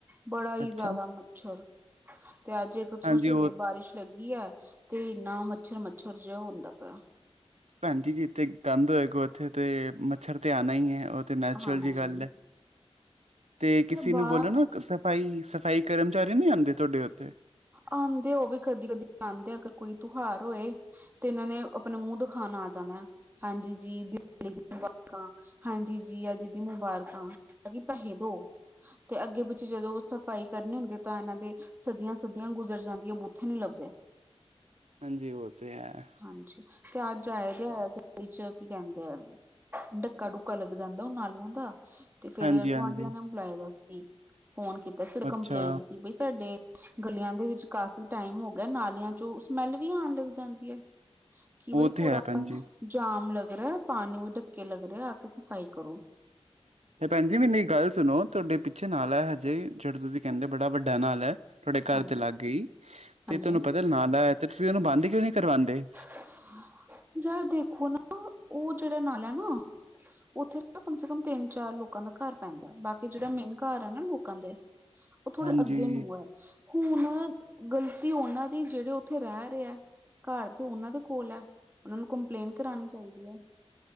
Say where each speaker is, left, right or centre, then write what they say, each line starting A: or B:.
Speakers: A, on the right; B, on the right.
A: ਬੜਾ ਹੀ
B: ਅੱਛਾ
A: ਜ਼ਿਆਦਾ ਮੱਛਰ। ਤੇ ਅੱਜ ਕਿਥੋਂ
B: ਹਾਂਜੀ
A: ਸਵੇਰੇ
B: ਉਹ
A: ਬਾਰਿਸ਼? ਲੱਗੀ ਹੈ, ਤੇ ਇੰਨਾ ਮੱਛਰ-ਮੱਛਰ ਜਿਹਾ ਹੁੰਦਾ ਪਿਆ।
B: ਭੈਣ ਜੀ ਜਿੱਥੇ ਗੰਦ ਹੋਏਗਾ ਉੱਥੇ ਤੇ ਮੱਛਰ ਤੇ ਆਣਾ ਹੀ ਹੈ ਔਰ ਤੇ ਨੈਚੁਰਲ
A: ਹਾਂਜੀ
B: ਜੀ ਗੱਲ ਐ ਤੇ ਕਿਸੇ
A: ਬਾਹਰ
B: ਨੂੰ ਬੋਲੋ ਨਾ ਸਫ਼ਾਈ, ਸਫ਼ਾਈ ਕਰਮਚਾਰੀ ਨਹੀ ਆਉਂਦੇ ਤੁਹਾਡੇ ਉੱਥੇ?
A: ਆਉਂਦੇ ਆ ਉਹ ਵੀ ਕਦੀ-ਕਦੀ ਆਉਂਦੇ ਅਗਰ ਕੋਈ ਤਿਉਹਾਰ ਹੋਏ? ਤੇ ਇਹਨਾਂ ਨੇ ਆਪਣੇ ਮੂੰਹ ਦਿਖਾਣ ਆ ਜਾਣਾ ਹਾਂਜੀ-ਜੀ, ਦਿਵਾਲੀ ਦੀ ਮੁਬਾ ਹਾਂਜੀ ਜੀ ਅੱਜ ਦੀ ਮੁਬਾਰਕਾਂ ਕਿ ਪੈਹੇ ਦੋ ਤੇ ਅੱਗੇ ਪਿੱਛੇ ਜਦੋਂ ਉਹ ਸਫ਼ਾਈ ਕਰਨੀ ਹੁੰਦੀ ਤਾਂ ਇਹਨਾਂ ਦੇ ਸਦੀਆਂ! ਸਦੀਆਂ ਗੁਜਰ ਜਾਂਦੀਆਂ ਬੂਥੇ ਨਹੀਂ ਲੱਭਦੇ।
B: ਹਾਂਜੀ ਉਹ ਤੇ ਹੈ
A: ਹਾਂਜੀ ਤੇ ਅੱਜ ਆਏ ਦੇ ਹੈ। ਵਿੱਚ ਕੀ ਕਹਿੰਦੇ ਆ ਡੱਕਾ, ਡੁੱਕਾ ਲੱਗ ਜਾਂਦਾ ਉਹ ਨਾਲੀਆਂ ਦਾ? ਤੇ ਫੇਰ
B: ਹਾਂਜੀ ਹਾਂਜੀ
A: ਗੁਆਂਢੀਆਂ ਨੇ ਬੁਲਾਯਾ ਹੋਯਾ ਸੀ। ਫੋਨ ਕੀਤਾ ਸੀ
B: ਅੱਛਾ
A: ਕੰਪਲੇਂਟ ਕੀ ਬਈ ਸਾਡੇ? ਗਲੀਆਂ ਦੇ ਵਿੱਚ ਕਾਫ਼ੀ ਟਾਈਮ ਹੋ ਗਿਆ ਨਾਲੀਆਂ ਚ ਸਮੈਲ ਵੀ ਆਣ ਲੱਗ ਜਾਂਦੀ ਐ। ਕਿ ਬਈ
B: ਉਹ
A: ਥੋੜਾ
B: ਤੇ ਹੈ ਭੈਣ ਜੀ
A: ਜਾਮ ਲੱਗ ਰਾ ਪਾਣੀ ਮੇਂ ਡੱਕੇ ਲੱਗ ਰੇ ਆ ਕੇ ਸਫ਼ਾਈ ਕਰੋ।
B: ਤੇ ਭੈਣ ਜੀ ਮੈਨੂੰ ਇੱਕ ਗੱਲ ਸੁਣੋ ਤੁਹਾਡੇ ਪਿੱਛੇ ਨਾਲਾ ਹੈ ਹਜੇ, ਜਿਹੜਾ ਤੁਸੀਂ ਕਹਿੰਦੇ ਬੜਾ ਵੱਡਾ ਨਾਲਾ ਆ। ਤੁਹਾਡੇ ਘਰ
A: ਹਾਂਜੀ
B: ਚ ਲਾਗੇ ਈ ਤੇ
A: ਹਾਂਜੀ
B: ਤੁਹਾਨੂੰ ਪਤਾ ਨਾਲਾ ਹੈ। ਤੇ ਤੁਸੀਂ ਉਹਨੂੰ ਬੰਦ ਕਿਉਂ ਨਹੀਂ ਕਰਵਾਉਂਦੇ?
A: <inaudible> ਯਾਰ ਦੇਖੋ ਨਾ ਉਹ ਜਿਹੜਾ ਨਾਲ ਹੈ ਨਾ ਉੱਥੇ ਕਮ ਸੇ ਕਮ ਤਿੰਨ-ਚਾਰ ਲੋਕਾਂ ਦਾ ਘੱਰ ਪੈਂਦਾ ਬਾਕੀ ਜਿਹੜਾ ਮੇਨ ਘੱਰ ਐ ਨਾ ਲੋਕਾਂ ਦੇ ਉਹ ਥੋੜੇ
B: ਹਾਂਜੀ
A: ਅੱਗੇ ਨੂੰ ਐ। ਹੁਣ ਗ਼ਲਤੀ ਉਹਨਾਂ ਦੀ ਜਿਹੜੇ ਉੱਥੇ ਰਹਿ ਰਹੇ ਹੈ? ਘਰ ਤੇ ਉਹਨਾਂ ਦੇ ਕੋਲ ਹੈ। ਉਹਨਾਂ ਨੂੰ ਕੰਪਲੇਂਨਟ ਕਰਾਉਣੀ ਚਾਹੀਦੀ ਹੈ।